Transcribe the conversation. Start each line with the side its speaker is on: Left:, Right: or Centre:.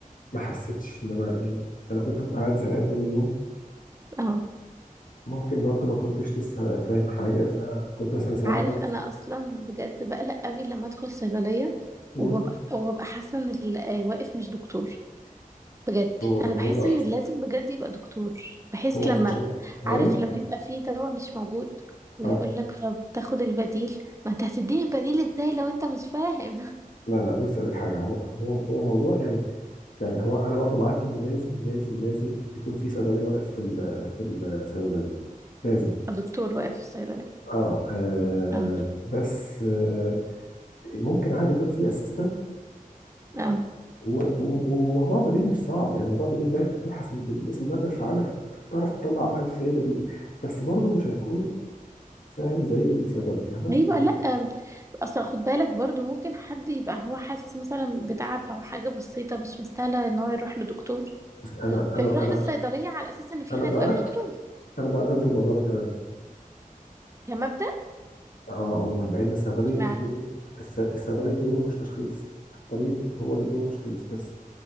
Left: ما حسيتش ان انا يعني انا كنت ببقى قاعد زهقان طول اليوم
Right: اه
Left: ممكن برضو ما كنتش لسه فاهم حاجه فكنت مثلا ساعات
Right: عارف
Left: بفرق
Right: انا اصلا بجد بقلق قوي لما ادخل صيدلية
Left: مم.
Right: وببقى وببقى حاسة ان اللي آه، واقف مش دكتور بجد
Left: هو
Right: انا بحس
Left: هو
Right: ان لازم بجد يبقى دكتور بحس
Left: هو
Right: لما
Left: هو هو
Right: عارف
Left: ايه؟
Right: لما يبقى في دواء مش موجود ويقول
Left: اه
Right: لك طب تاخد البديل ما انت هتديني البديل ازاي لو انت مش فاهم
Left: لا لا بص لك حاجه هو هو هو موضوع يعني يعني هو انا برضو معاك ان لازم لازم لازم يكون في صيدليه واقف في ال- في الصيدليه لازم
Right: <laughs> دكتور واقف في الصيدلية
Left: اه, آه
Right: اه
Left: بس آه ممكن عادي يكون في اسيستنت
Right: اه
Left: و- و- وموضوع بديل مش صعب يعني موضوع بديل ده انت بتبحث من بالاسم الماده الفعاله فت- فبتعرف تطلع 1000 ايه بديل بس برضو مش هيكون فاهم زي الصيدلي فاهمه
Right: ايوه
Left: دي
Right: لا
Left: الفكرة.
Right: اصلا خد بالك برضو ممكن حد يبقى هو حاسس مثلا بتعب او حاجه بسيطه مش مستاهله ان هو يروح لدكتور
Left: انا
Right: فيروح
Left: انا انا
Right: للصيدليه على اساس ان في
Left: انا
Right: هناك
Left: بقى
Right: واقف دكتور
Left: انا بقى ضد الموضوع ده تماما
Right: كمبدأ
Left: اه عموما لان الصيدلي
Right: اشمعنى
Left: دوره الص- الصيدلي دوره مش تشخيص الطبيب هو اللي دوره تشخيص بس